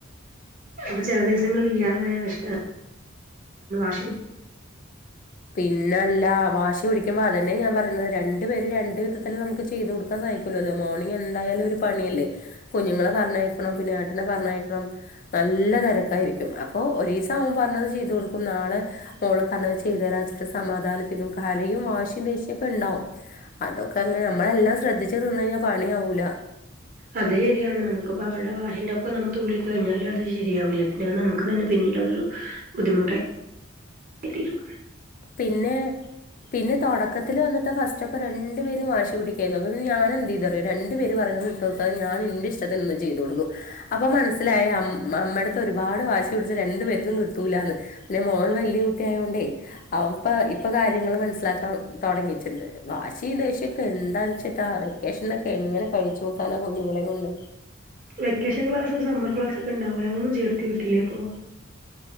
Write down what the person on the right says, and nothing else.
അപ്പ ചെല ദിവസങ്ങളില്ലാതായ വെഷ് <unintelligible>
അത് ശരിയാണ് നമുക്കിപ്പോ അവരുടെ വാഷിന്റൊപ്പം നമുതുള്ളി കഴിഞ്ഞാലത് ശരിയാവൂല പിന്നെ അത് നമുക്ക് തന്നെ പിന്നീടതൊരു ബുദ്ധിമുട്ടായി തീരും
വെക്കേഷൻ ക്ലാസും സമ്മർ ക്ലാസൊക്കെ ഇണ്ടാവല്ലോ അങ്ങൊന്നും ചേർത്തി വിട്ടില്ലേപ്പോ